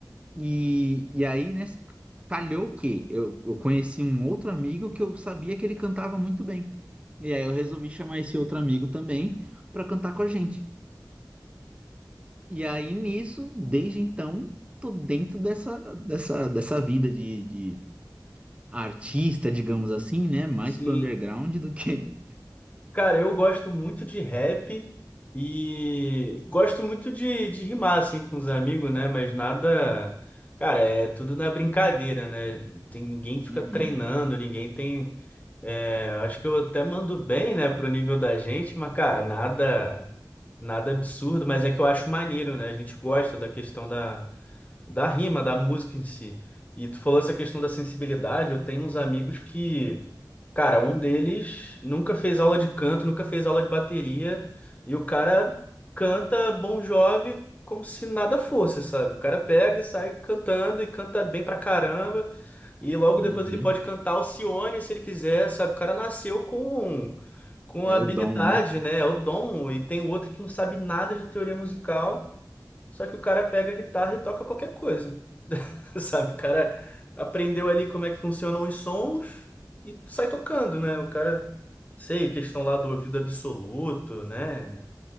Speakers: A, on the right (about 15°); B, on the left (about 20°).
A: E, e aí, né, calhou que eu, eu conheci um outro amigo que eu sabia que ele cantava muito bem. E aí eu resolvi chamar esse outro amigo também pra cantar com a gente. E aí nisso, desde então, tô dentro dessa, dessa, dessa vida de, de artista, digamos assim, né? Mais
B: Sim.
A: pro underground do que.
B: Cara, eu gosto muito de rap e gosto muito de, de rimar, assim, com os amigos, né? Mas nada. Cara, é tudo na brincadeira, né? Tem, ninguém fica
A: Uhum,
B: treinando, ninguém tem. é, acho que eu até mando bem, né, pro nível da gente, mas, cara, nada. Nada absurdo, mas é que eu acho maneiro, né? A gente gosta da questão da, da rima, da música em si. E tu falou essa questão da sensibilidade, eu tenho uns amigos que. Cara, um deles nunca fez aula de canto, nunca fez aula de bateria, e o cara canta Bon Jovi como se nada fosse, sabe? O cara pega e sai cantando e canta bem pra caramba, e logo depois
A: uhum.
B: ele pode cantar Alcione se ele quiser, sabe? O cara nasceu com com
A: É
B: habilidade,
A: o dom, né?
B: né? É o dom, e tem outro que não sabe nada de teoria musical. Só que o cara pega a guitarra e toca qualquer coisa. <laughs> Sabe? O cara aprendeu ali como é que funcionam os sons e sai tocando, né? O cara, sei, questão lá do ouvido absoluto, né?